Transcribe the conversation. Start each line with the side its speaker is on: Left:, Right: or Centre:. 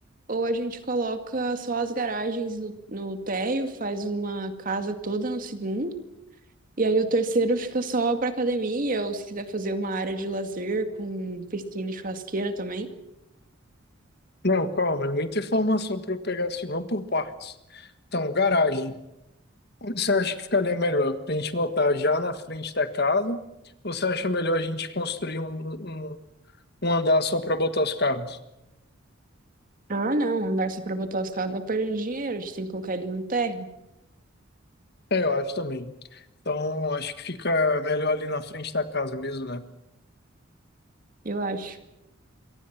Right: ou a gente coloca só as garagens no, no térreo, faz uma casa toda no segundo, e aí o terceiro fica só para academia, ou se quiser fazer uma área de lazer com piscina e churrasqueira também.
Left: Não, calma, é muita informação para eu pegar assim, vamos por partes. Então, garagem. Onde você acha que ficaria melhor? Para a gente botar já na frente da casa? Ou você acha melhor a gente construir um, um, um andar só para botar os carros?
Right: Ah, não, andar só para botar os carros dá perda de dinheiro, a gente tem que colocar eles no térreo,
Left: É, eu acho também. Então, acho que fica melhor ali na frente da casa mesmo, né?
Right: eu acho.